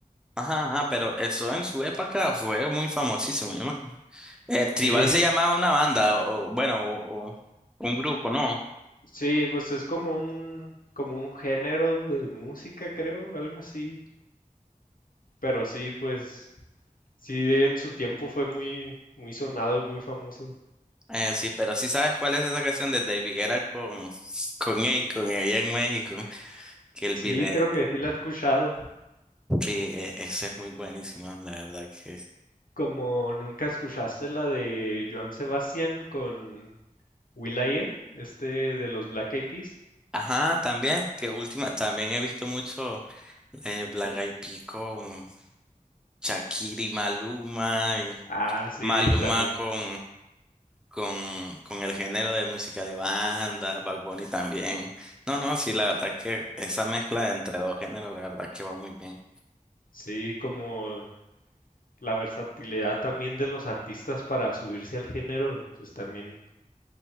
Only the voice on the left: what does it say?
Sí,
sí, pues es como un, como un género de música, creo, algo así. Pero sí, pues sí, en su tiempo fue muy, muy sonado y muy famoso.
Sí,
creo que sí la he escuchado.
Como nunca escuchaste la de Joan Sebastián con will.i.am, este de los Black Eyed Peas.
Ah, sí,
también.
Sí, como la versatilidad también de los artistas para subirse al género, pues también